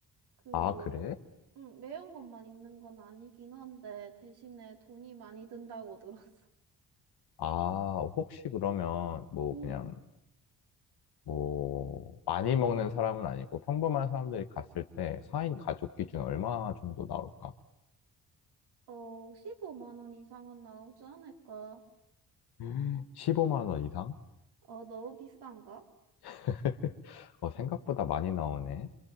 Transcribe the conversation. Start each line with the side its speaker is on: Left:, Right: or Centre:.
Right: 그,
Left: 아, 그래?
Right: 응, 매운 것만 있는 건 아니긴 한데 대신에 돈이 많이 든다고 들었어.
Left: 아, 혹시 그러면 뭐
Right: 응.
Left: 그냥 뭐 많이 먹는 사람은 아니고 평범한 사람들이 갔을 때 4인 가족 기준 얼마 정도 나올까?
Right: 어, 15만 원 이상은 나오지 않을까?
Left: <gasps> 15만 원 이상?
Right: 어, 너무 비싼가?
Left: <laughs> 어, 생각보다 많이 나오네.